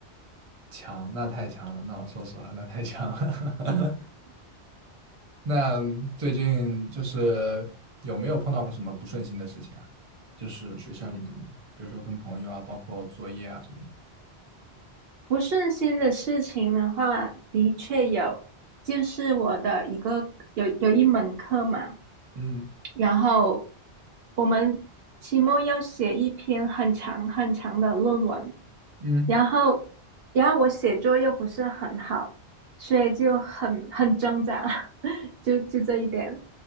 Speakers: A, on the right; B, on the right.
A: 强，那太强了，那我说实话，那太强了。<laughs> 那最近就是有没有碰到过什么不顺心的事情啊？就是学校里面，比如说跟朋友啊，包括作业啊什么的。
B: 不顺心的事情的话，的确有，就是我的一个有有一门课嘛。
A: 嗯
B: 然后我们期末要写一篇很长很长的论文，
A: 嗯，
B: 然后然后我写作又不是很好，所以就很很挣扎，<laughs> 就就这一点。